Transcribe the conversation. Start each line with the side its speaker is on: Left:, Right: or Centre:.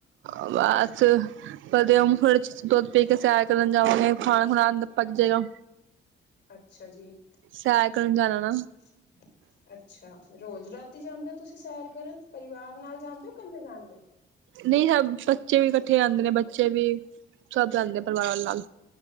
Right: ਅ--ਬਾਅ'ਚ ਕਦੇ ਦੁੱਧ ਪੀਕੇ ਸੈਰ ਕਰਨ ਜਾਵਾਂਗੇ ਖਾਣਾ-ਖੁਣਾ ਅੰਦਰ ਪੱਚ ਜੇਗਾ।
Left: ਅੱਛਾ ਜੀ।
Right: ਸੈਰ ਕਰਨ ਜਾਣਾ ਨਾ।
Left: <unintelligible> ਅੱਛਾ। ਰੋਜ ਰਾਤੀ ਜਾਂਦੇ ਓ, ਤੁਸੀ ਸੈਰ ਕਰਨ ਪਰਿਵਾਰ ਨਾਲ ਜਾਂਦੇ ਹੋ, ਕੱਲੇ ਜਾਂਦੇ?
Right: ਨਹੀ, ਬੱਚੇ ਵੀ ਇਕਠੇ ਜਾਂਦੇ ਨੇ, ਬੱਚੇ ਵੀ ਸਭ ਜਾਂਦੇ ਪਰਿਵਾਰਾ ਨਾਲ।